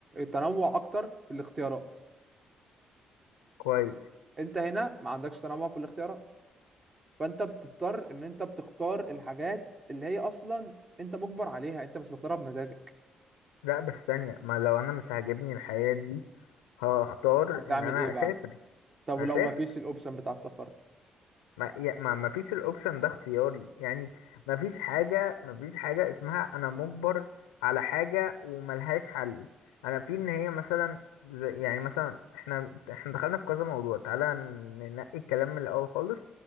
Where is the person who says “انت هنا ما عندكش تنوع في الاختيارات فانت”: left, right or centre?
Right